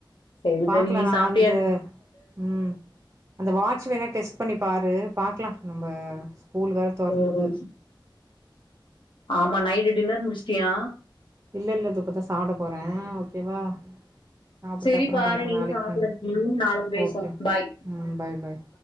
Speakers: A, on the left; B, on the right.
A: சரி
B: பாக்லா
A: சரி நீ
B: ந
A: சாப்ட்டியா
B: அந்த ம் அந்த வாட்ச் வேணா டெஸ்ட் பண்ணி பாரு பாக்லா நம்ம ஸ்கூல் வேற தொறந்துது
A: ம் ஆமா நைட் டின்னர் முடிச்டியா
B: இல்ல இல்ல து இப்பதா சாப்ட போற ஒகேவா சாப்ட்டு
A: சரி
B: அப்ரோ
A: பாரு
B: பண்ற
A: நீயு
B: நாலிக்கு
A: சாப்டு
B: பண்ற
A: ம் நாளைக்கு பேசுவோ
B: ஓகே
A: பாய்
B: ம் பாய் பாய்